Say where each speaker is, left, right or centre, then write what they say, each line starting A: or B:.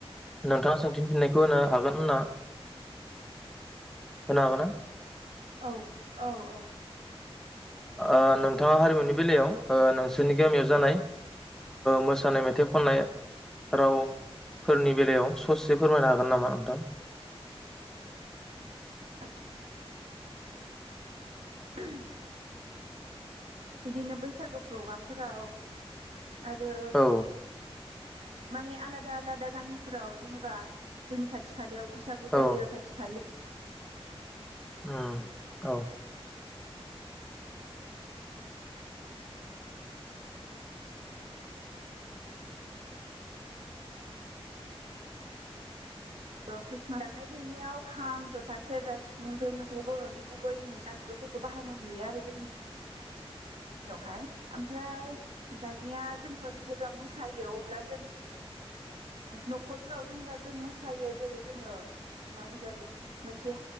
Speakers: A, in the centre; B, on the right.
A: नोंथाङा सोंथिनि फिननायखौ होनो हागोन होनना होनो हागोन ना?
B: औ औ औ।
A: ओ नोंथाङा हारिमुनि बेलायाव नोंसोरनि गामियाव जानाय मोसानाय मेथाइ खननाय रावफोरनि बेलायाव ससे फोरमायनो हागोन नामा नोंथां?
B: <inaudible> बिदिनो बैसागु प्रग्रामफोराव आरो
A: औ
B: माने आलादा आलादा गामिफोराव जेनेबा जोंनि खाथि खालायाव बैसागु
A: औ
B: जायो खाथि खालि
A: ओ औ
B: र' खृषस्टमास दामनाय देनायाव खाम जथा सेरजा सिफुं बे मोनसे बर'नि गुबै मोनसे आगगुफोरखौ बाहायनाय नुयो आरो जोंनि यावहाय ओमफ्राय दानिया जोंफोर जेब्ला मोसायो अब्ला जों न'खरफ्राव जेनेबा जों मोसायो जेरै जोङो मा होनगोन मोनसे